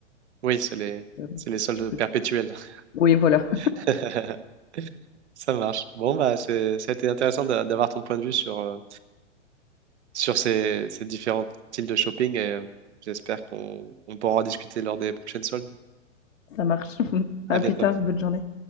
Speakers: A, on the right; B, on the left.
A: Oui, c'est les,
B: euh,
A: c'est les soldes
B: je peux...
A: perpétuels.
B: Oui, voilà,
A: <laughs> Ça marche. Bon, bah, c'est, ça a été intéressant d'a- d'avoir ton point de vue sur, euh, sur ces, ces différents styles de shopping et euh, j'espère qu'on on pourra en discuter lors des prochaines soldes.
B: <laughs> ça marche. <laughs>
A: À
B: À plus
A: bientôt.
B: tard, bonne journée.